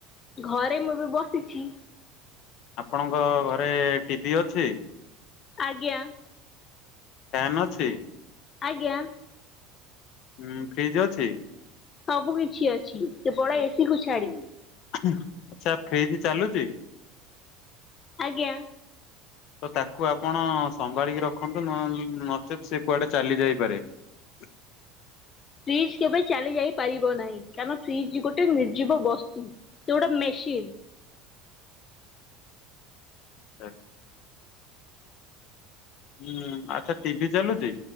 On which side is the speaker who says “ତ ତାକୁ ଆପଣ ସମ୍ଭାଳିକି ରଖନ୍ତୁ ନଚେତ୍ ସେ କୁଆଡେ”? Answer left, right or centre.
Left